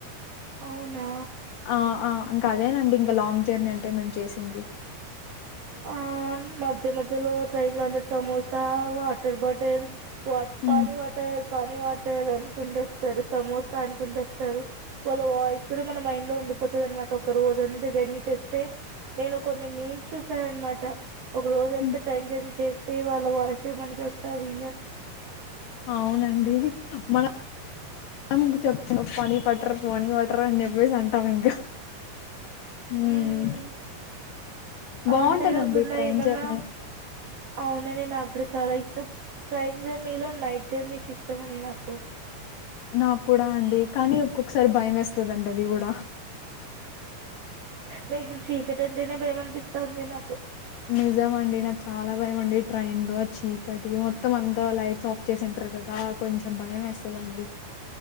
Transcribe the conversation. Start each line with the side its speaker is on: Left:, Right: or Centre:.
Right: అవునా
Left: ఆ ఆ ఇంకా అదేనండి ఇంకా లాంగ్ జర్నీ అంటే మేమ్ చేసేది
Right: ఆ మధ్య మధ్యలో ట్రైన్ లో అమ్మే సమోసా వాటర్ బాటిల్ వా
Left: హ్మ్.
Right: పానీ వాటర్ పానీ వాటర్ అనుకుంట వస్తరు సమోసా అనుకుంట వస్తరు వాళ్ళ వాయిస్ కూడా మన మైండ్ లో ఉండ్ పోతదనమాట ఒక రోజ అంతే జర్నీ చేస్తే నేను కొన్ని మీమ్స్ చూసాననమాట ఒక రోజు అంతా
Left: హ్మ్.
Right: టైం జర్నీ చేస్తే వాళ్ళ వాయిస్ మనకి వస్తది
Left: అవునండి మనం చెప్ పానీ వాటర్ పానీ వాటర్ టర్ అని చెప్పేసి అంటాం ఇంకా హ్మ్.
Right: ఉమ్
Left: బాగుంటదండి
Right: అంతేకాకుండా
Left: ట్రైన్
Right: ఏమన్నా
Left: జర్నీ
Right: అవునండి నాకు కూడా చాలా ఇష్టం ట్రైన్ జర్నీలో నైట్ జర్నీస్ ఇష్టం అండి నాకు
Left: నాక్కుడా అండి కానీ ఒక్కొక్సారి భయమేస్తదండి అది గూడా
Right: మీకు చీకటంటేనే భయం అనిపిస్తాంది నాకు
Left: నిజం అండి నాక్చాలా భయమండి ట్రైండు ఆ చీకటి మొత్తం అంతా లైట్స్ వచ్చేసింట్రకదా కొంచెం భయమేస్తదండ్